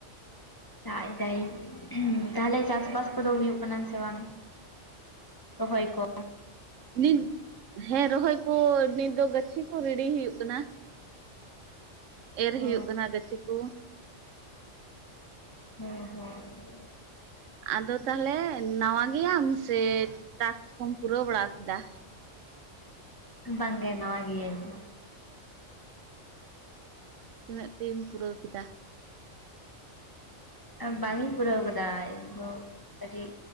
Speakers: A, on the left; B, on the right.
A: ᱫᱟᱭ ᱫᱟᱭ ᱛᱟᱦᱞᱮ ᱪᱟᱥᱵᱟᱥ ᱠᱚᱫᱚ ᱦᱩᱭᱩᱜ ᱠᱟᱱᱟ ᱥᱮ ᱵᱟᱝ ᱨᱚᱦᱚᱭ ᱠᱚ
B: ᱱᱤᱛ ᱦᱮᱸ ᱨᱚᱦᱚᱭ ᱠᱚ ᱱᱤᱛ ᱫᱚ ᱜᱟᱹᱪᱷᱤ ᱠᱚ ᱨᱮᱰᱤ ᱦᱩᱭᱩᱜ ᱠᱟᱱᱟ᱾ ᱮᱨ ᱦᱩᱭᱩᱜ
A: ᱚ
B: ᱠᱟᱱᱟ ᱜᱟᱪᱷᱤ ᱠᱚ᱾
A: ᱦᱮᱸ ᱦᱮᱸ
B: ᱟᱫᱚ ᱛᱟᱦᱞᱮ ᱱᱟᱣᱟ ᱜᱮᱭᱟᱢ ᱥᱮ ᱴᱟᱥᱠ ᱠᱚᱢ ᱯᱩᱨᱟᱹᱣ ᱵᱟᱲᱟ ᱠᱮᱫᱟ?
A: ᱵᱟᱝ ᱜᱮ ᱱᱟᱣᱟ ᱜᱮᱭᱟᱹᱧᱺ
B: ᱛᱤᱱᱟᱹᱜ ᱴᱤ ᱯᱩᱨᱟᱹᱣ ᱠᱮᱫᱟ?
A: ᱵᱟᱝ ᱤᱧ ᱯᱩᱨᱟᱹᱣ ᱠᱟᱫᱟ ᱤᱧ ᱫᱚ ᱠᱟᱹᱴᱤᱡ